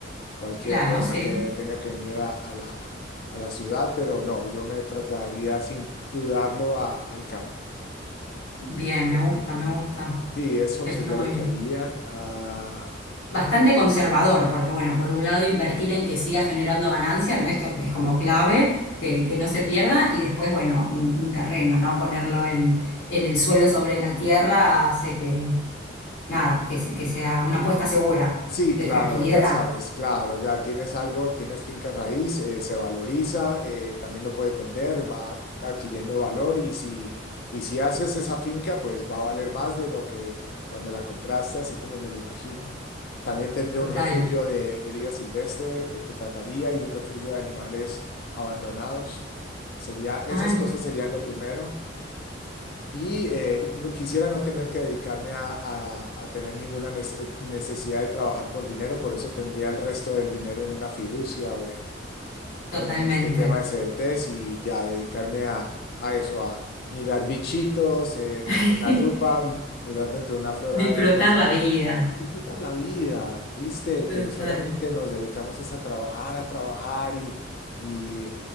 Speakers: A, on the left (about 50°); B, on the left (about 85°).
A: cualquier
B: Claro,
A: cosa
B: sí.
A: que tenga que venir a la, a la, a la ciudad, pero no, yo me trasladaría sin dudarlo a- al campo.
B: Bien,
A: Eh,
B: me gusta, me gusta.
A: sí, eso
B: Está
A: sería
B: muy
A: lo que
B: bien.
A: haría. Ah,
B: Bastante conservador, porque bueno, por un lado invertir en que siga generando ganancia, ¿no? Esto que es como clave, que, que no se pierda, y después, bueno, un, un terreno, ¿no? Ponerlo en, en el suelo sobre la tierra hace que nada, que, se- que sea una apuesta segura,
A: Sí,
B: de
A: claro,
B: tranquilidad.
A: ya sabes, claro, ya tienes algo, tienes finca raíz, eh, se valoriza, eh, también lo puedes vender, va adquiriendo valor y si, y si haces esa finca, pues va a valer más de lo que cuando la compraste, así como me lo imagino. También tendría
B: Total.
A: un refugio de, de vida silvestre, eh, pues, trataría y un refugio de animales abandonados. Sería, esas
B: Ah, mire,
A: cosas serían lo primero. Y eh, no- quisiera no tener que dedicarme a, a- a tener ninguna nece- eh, necesidad de trabajar por dinero, por eso tendría el resto del dinero en una fiducia o en,
B: totalmente.
A: o en este tema de CDTs y ya dedicarme a, a eso, a mirar bichitos, eh, coger
B: <laughs>
A: una lupa, mirar dentro de una flor
B: Disfrutar
A: a ver cómo es.
B: la vida.
A: Disfrutar la vida, ¿viste?
B: Total.
A: Que solamente nos dedicamos es a trabajar, a trabajar y, y